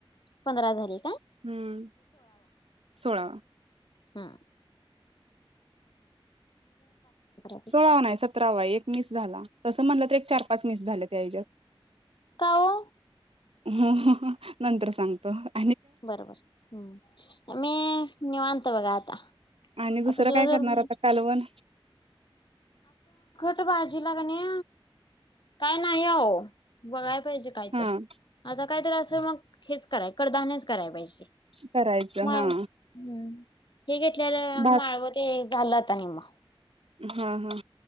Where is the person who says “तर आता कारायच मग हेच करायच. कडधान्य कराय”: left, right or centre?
Left